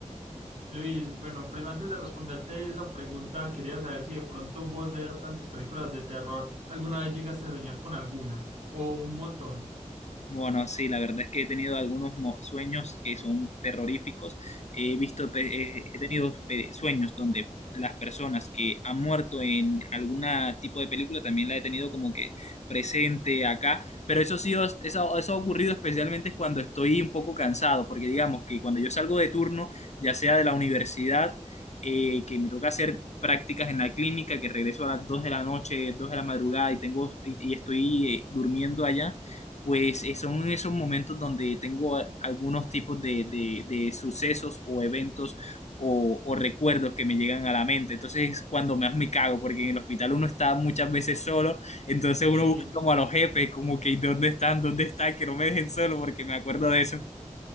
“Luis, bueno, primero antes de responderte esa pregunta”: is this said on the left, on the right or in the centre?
Right